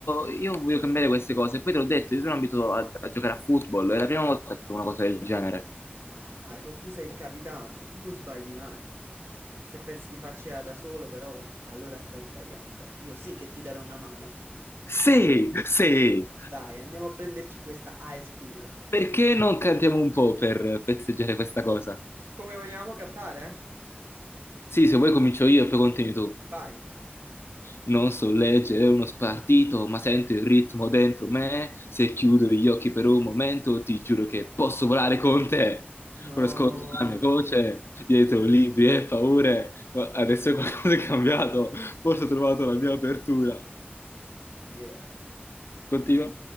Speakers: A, on the left; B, on the right.
A: io voglio cambiare queste cose. Poi te l'ho detto, io sono abituato a, a giocare a football. È la prima volta che provo una cosa del genere.
B: Ah, Michael, tu sei il capitano, tu non sbagli mai. Se pensi di farcela da solo, però, allora stai sbagliando. Io sì che ti darò una mano.
A: Sì, sì.
B: Dai, andiamo a prenderci questa high school.
A: Perché non cantiamo un po' per festeggiare questa cosa?
B: Come vogliamo cantare? eh?
A: Sì, se vuoi comincio io e poi continui tu.
B: Vai.
A: Non so leggere uno spartito, ma sento il ritmo dentro me. Se chiudo gli occhi per un momento, ti giuro che posso volare con te.
B: No.
A: Ora ascolto la mia voce, dietro libri e paure. Ma adesso <laughs> qualcosa è cambiato, forse ho trovato la mia apertura.
B: Yeah.
A: Continua.
B: No.